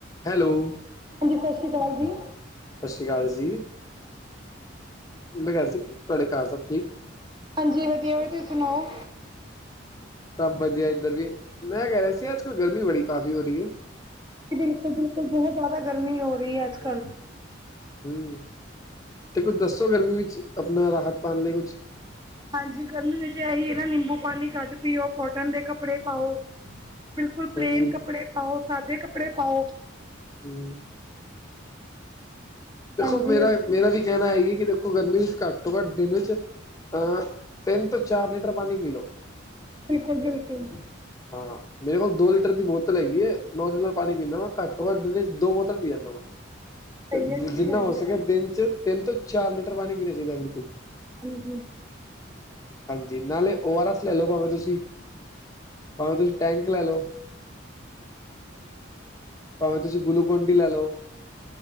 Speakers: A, on the left (about 15°); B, on the right (about 25°).
A: Hello
B: ਹਾਂਜੀ ਸਤਿ ਸ੍ਰੀ ਅਕਾਲ ਜੀ
A: ਸਤਿ ਸ਼੍ਰੀ ਅਕਾਲ ਜੀ ਮੈ ਕਹਿ ਰਿਹਾ ਸੀ ਤੁਹਾਡੇ ਘਰ ਸਭ ਠੀਕ
B: ਹਾਂਜੀ ਵਧੀਆ ਬੀ ਤੁਸੀਂ ਸੁਣਾਓ
A: ਸਭ ਵਧੀਆ ਇੱਧਰ ਵੀ ਮੈਂ ਕਹਿ ਰਿਹਾ ਸੀ ਅੱਜ ਕੱਲ ਗਰਮੀ ਬੜੀ ਕਾਫ਼ੀ ਹੋ ਰਹੀ ਹੈ
B: ਬਿਲਕੁਲ ਬਿਲਕੁਲ ਬਹੁਤ ਜ਼ਿਆਦਾ ਗਰਮੀ ਹੋ ਰਹੀ ਹੈ ਅੱਜ ਕੱਲ੍ਹ
A: ਹਮ ਅਤੇ ਕੁਝ ਦੱਸੋ ਗਰਮੀ ਵਿੱਚ ਆਪਣਾ ਰਾਹਤ ਪਾਉਣ ਲਈ ਕੁਛ
B: ਹਾਂਜੀ ਗਰਮੀ ਵਿੱਚ ਐਹੀ ਨਾ ਨਿੰਬੂ ਪਾਣੀ ਘਟ ਪੀਓ ਕੋਟਨ ਦੇ ਕੱਪੜੇ ਪਾਓ। ਬਿਲਕੁਲ ਪਲੇਨ
A: ਹਾਂਜੀ
B: ਕੱਪੜੇ ਪਾਓ ਸਾਦੇੇ ਕੱਪੜੇ ਪਾਓ।
A: ਹਮ ਦੇਖੋ
B: ਹਾਂਜੀ
A: ਮੇਰਾ ਮੇਰਾ ਵੀ ਕਹਿਣਾ ਹੈਗੀ ਕਿ ਦੇਖੋ ਗਰਮੀ ਵਿੱਚ ਘੱਟ ਤੋਂ ਘੱਟ ਦਿਨ ਵਿੱਚ। ਅਹ ਤਿੰਨ ਤੋਂ ਚਾਰ ਲੀਟਰ ਪਾਣੀ ਪੀ ਲਓ।
B: ਬਿਲਕੁਲ ਬਿਲਕੁਲ।
A: ਹਾਂ, ਮੇਰੇ ਕੋਲ ਦੋ ਲੀਟਰ ਦੀ ਬੋਤਲ ਹੈਗੀ ਏ, ਮੈਂ ਓਦੇ ਨਾਲ ਪਾਣੀ ਪੀਂਦਾ ਵਾ, ਘੱਟ ਤੋ ਘਟ ਦਿਨ ਵਿਚ ਦੋ ਬੋਤਲ ਪੀ ਜਾਂਦਾ ਵਾਂ।
B: ਸਹੀ
A: ਤੇ
B: ਅੱਛੀ
A: ਜਿੰਨਾ
B: ਗੱਲ
A: ਹੋ
B: ਹੈ
A: ਸਕੇ ਦਿਨ ਚ ਤਿੰਨ ਤੋਂ ਚਾਰ ਲੀਟਰ ਪਾਣੀ ਪੀਣਾ ਚਾਹੀਦੈ, ਬਿਲਕੁਲ।
B: ਹਾਂਜੀ।
A: ਹਾਂਜੀ, ਨਾਲੇ ਔ ਆਰ ਐਸ ਲੈ ਲੋ ਭਾਵੇਂ ਤੁਸੀਂ। ਭਾਵੇ ਤੁਸੀਂ ਟੈਂਕ ਲੈ ਲੋ। ਭਾਵੇਂ ਤੁਸੀਂ ਗੁਲੂਕੋਨ ਡੀ ਲੈ ਲੋ।